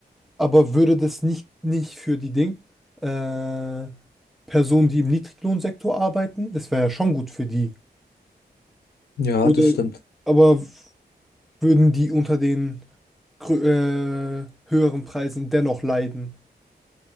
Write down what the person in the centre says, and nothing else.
Aber würde das nicht, nicht für die Ding, äh, Personen, die im Niedriglohnsektor arbeiten, das wäre ja schon gut für die.
Oder,
aber würden die unter den grö- äh, höheren Preisen dennoch leiden?